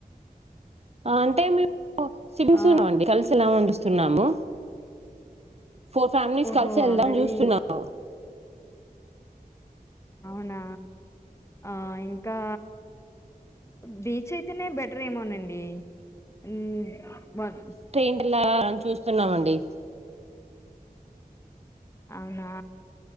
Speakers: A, on the right (about 45°); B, on the left (about 20°).
A: అంటే మేము సిమ్స్
B: ఆ
A: ఉన్నామండి కలిసి ఎలా వండుస్తున్నాము ఫోర్ ఫ్యామిలీస్
B: ఓహో!
A: కలిసి వెళ్దామని
B: ఆల్రెడీ
A: చూస్తున్నాను.
B: అవునా ఆ ఇంకా బీచ్ అయితేనే బెటర్ ఏమోనండి ఊ వన్
A: ట్రైండ్లా అని చూస్తున్నామండి
B: అవునా